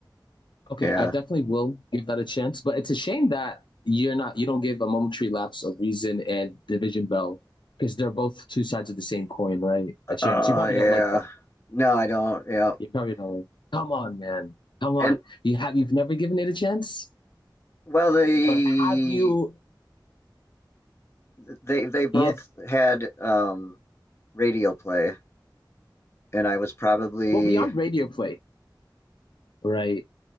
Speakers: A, on the left (about 75°); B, on the left (about 35°).
A: Okay,
B: Yeah.
A: I definitely will give that a chance. But it's a shame that you're not you don't give a momentary lapse of Reason and Division Bell because they're both two sides of the same coin, right? A chance.
B: Oh
A: You probably
B: yeah.
A: don't like them.
B: No, I don't. Yeah.
A: You're probably going, come on, man. Come on.
B: And
A: You have you've never given it a chance?
B: well, they
A: Or have you
B: they they both
A: yeah.
B: had um radio play, and I was probably
A: Well, beyond
B: yeah,
A: radio play, right?